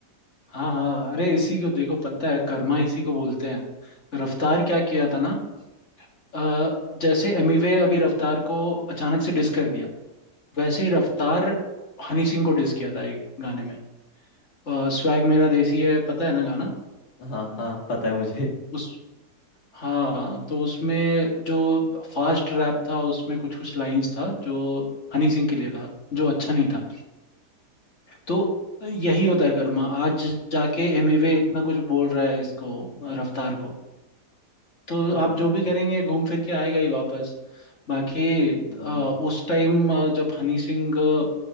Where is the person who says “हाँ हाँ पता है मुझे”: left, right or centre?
Left